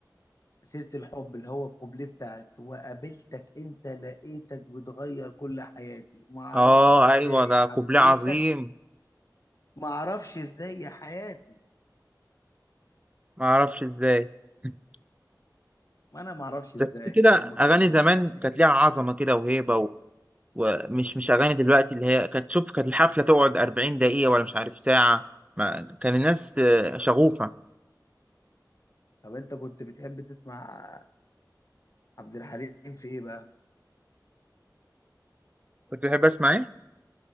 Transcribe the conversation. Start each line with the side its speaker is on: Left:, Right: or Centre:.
Left: سيرة الحب اللي هو الكوبليه بتاعت وقابلتك انت لقيتك بتغير كل حياتي ما اعرفش
Right: اه
Left: ازاي
Right: ايوه ده قبلة
Left: حبيتك
Right: عظيم
Left: ما اعرفش ازاي يا حياتي
Right: ما اعرفش ازاي <laughs>
Left: ما انا ما اعرفش
Right: تحس
Left: ازاي
Right: كده
Left: يا ام كلثوم
Right: اغاني زمان
Left: <laughs>
Right: كانت ليها عظمه كده وهيبه ومش مش اغاني دلوقتي اللي هي كانت شوف كانت الحفله تقعد 40 دقيقه ولا مش عارف ساعه ما كان الناس آه، شغوفه
Left: طب انت كنت بتحب تسمع عبد الحليم في ايه بقى
Right: كنت بحب اسمع ايه